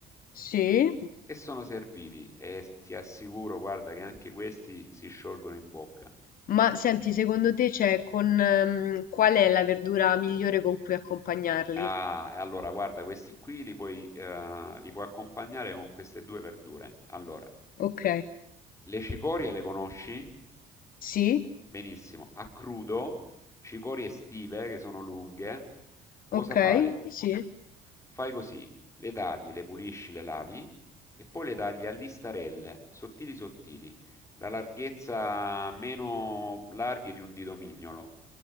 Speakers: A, on the left; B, on the left.
A: Sì.
B: e sono serviti e s ti assicuro, guarda, che anche questi si sciolgono in bocca.
A: Ma senti, secondo te c'è con ehm, qual è la verdura migliore con cui accompagnarli?
B: Ah, e allora guarda, questi qui li puoi, eh, li puoi accompagnare con queste due verdure. Allora,
A: Ok,
B: le cicorie le conosci?
A: sì,
B: Benissimo. A crudo, cicorie estive che sono lunghe, cosa
A: ok,
B: fai?
A: sì,
B: Fai così, le tagli, le pulisci, le lavi e poi le tagli a listarelle, sottili sottili, la larghezza meno larghe di un dito mignolo.